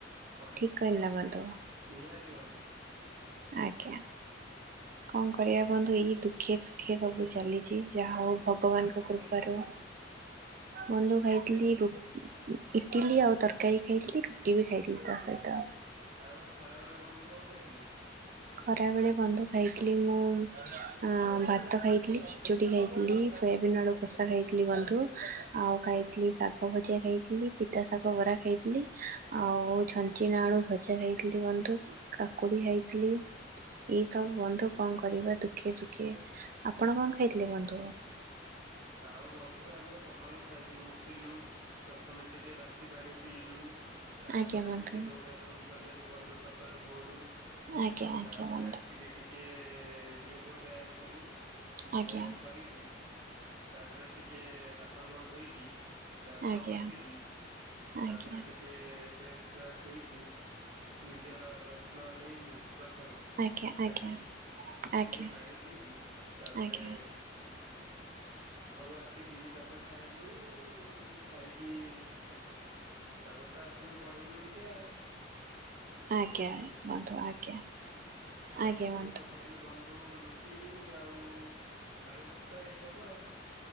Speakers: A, on the right (about 65°); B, on the right (about 45°).
A: ପଡିବ
B: ଠିକ କହିଲି ନା ବନ୍ଧୁ
A: ନିହାତି ବନ୍ଧୁ।
B: ଆଜ୍ଞା। କଣ କରିଆ ବନ୍ଧୁ ଏଇ ଦୁଃଖେ ସୁୁଖେ ସବୁ ଚାଲି ଚି ଯାହା
A: ଆଉ
B: ହଉ
A: ବନ୍ଧୁ
B: ଭଗବାନଙ୍କ
A: ସକାଳେ କଣ
B: କୃପାରୁ
A: ଖାଇଥିଲେ?
B: ବନ୍ଧୁ ଖାଇ ଇଟିଲି ରୁ ଉ ଇଟିଲି ଆଉ ତରକାରୀ ଖାଇଥିଲି ରୁଟି ବି ଖାଇଥିଲି ତା ସହିତ।
A: ଆଉ ଖରାବେଳେ ବନ୍ଧୁ କଣ ଖାଇଥିଲେ?
B: ଖରାବେଳେ ବନ୍ଧୁ ଖାଇଥିଲି ମୁଁ ଅଁ ଭାତ ଖାଇଥିଲି ଖେଚୋଡ଼ି ଖାଇଥିଲି ସୋୟାବିନ ଆଳୁ କଷା ଖାଇଥିଲି ବନ୍ଧୁ ଆଉ ଖାଇଥିଲି ଶାଗ ଭଜା ଖାଇଥିଲି ପିତା ଶାଗ ବରା ଖାଇଥିଲି ଆଉ ଛଞ୍ଚିଣା ଆଳୁ ଭଜା ଖାଇଥିଲି ବନ୍ଧୁ କାକୁଡ଼ି ଖାଇଥିଲି। ଏଇ ସବୁ ବନ୍ଧୁ କଣ କରିବା ଦୁଃଖେ ସୁଖେ ଆପଣ କଣ ଖାଇଥିଲେ ବନ୍ଧୁ?
A: ଆଉ ବନ୍ଧୁ ଆମେ ସକାଳୁ ଖାଇ ଉଠିଲୁ ପ୍ରଥମେ ଟିକେ ବାସି ପାଣି ପିଇଲୁ। ତାପରେ
B: ଆଜ୍ଞା ବନ୍ଧୁ
A: ଟିକେ ଦୌଡା ଦୌଡି କରିଆକୁ କୁ ଗଲୁ ସକାଳୁ ଭୋରୁ।
B: ଆଜ୍ଞା
A: ଆଉ
B: ଆଜ୍ଞା
A: ତାପରେ
B: ବନ୍ଧୁ
A: ଆସିକି ଟି କିଏ ଯୋଗ ବ୍ୟାୟାମ କଲୁ।
B: ଆଜ୍ଞା
A: ବ୍ୟାୟାମ କରିକି ତାପରେ ଟିକେ ହାତ ମୁହଁ ଧୋଇକି ଦାନ୍ତ
B: ଆଜ୍ଞା ଆଜ୍ଞା
A: ଘଷିକି ତାପରେ
B: ଆଜ୍ଞା ଆଜ୍ଞା
A: ଟିକେ ଫ୍ରେସ ଫାସ ହେଇକି ନିଜର ଯତ୍ନ ନେଲୁ। ପ୍ରଥମେ
B: ଆଜ୍ଞା ଆଜ୍ଞା
A: ଆସିକି
B: ଆଜ୍ଞା
A: ଟିକେ ପାଣି ପିଇକି ତାପରେ
B: ଆଜ୍ଞା
A: ସବୁ ଆସିକି ତାପରେ ଖାଇଲୁ ଖାଇକି ତାପରେ ତ ଆସିଲୁ ପଢିଲୁ ଟିକେ ଆଉ।
B: ଆଜ୍ଞା ବନ୍ଧୁ ଆଜ୍ଞା।
A: ଆଉ
B: ଆଜ୍ଞା
A: ସକାଳୁ
B: ବନ୍ଧୁ
A: ତ ଖାଇଲୁ ବ ନ୍ଧୁ ରୁଟି ଆଉ ଆଳୁ ଭର୍ତ୍ତା ଏଇସବୁ ଆଉ।